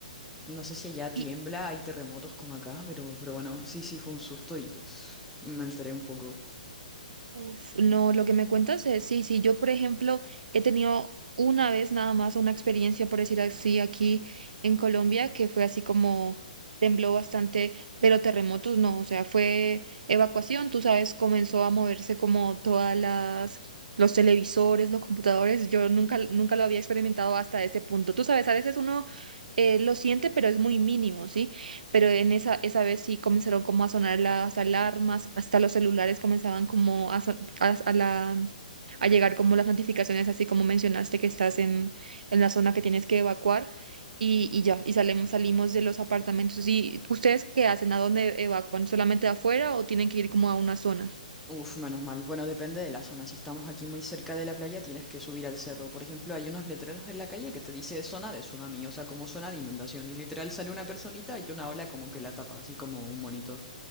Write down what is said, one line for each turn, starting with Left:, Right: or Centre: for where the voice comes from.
Centre: no sé si allá
Right: Y,
Centre: tiembla, hay terremotos como acá, pero, pero bueno, sí, sí, fue un susto y pues me alteré un poco.
Right: Uf, no, lo que me cuentas es, sí, sí, yo por ejemplo he tenido una vez nada más una experiencia, por decir así, aquí en Colombia, que fue así como tembló bastante, pero terremotos no, o sea, fue evacuación, tú sabes, comenzó a moverse como todas las, los televisores, los computadores, yo nunca, nunca lo había experimentado hasta ese punto, tú sabes, a veces uno eh, lo siente, pero es muy mínimo, ¿sí? pero en esa, esa vez sí comenzaron como a sonar las alarmas, hasta los celulares comenzaban como a, so- a, a la, a llegar como las notificaciones, así como mencionaste que estás en, en la zona que tienes que evacuar y, y ya, y salimos, salimos de los apartamentos. ¿Y ustedes qué hacen? ¿A dónde evacúan? ¿Solamente afuera o tienen que ir como a una zona?
Centre: Uf, menos mal. Bueno, depende de la zona. Si estamos aquí muy cerca de la playa, tienes que subir al cerro. Por ejemplo, hay unos letreros en la calle que te dice zona de tsunami, o sea, como zona de inundación. Y literal sale una personita y una ola como que la tapa, así como un monito,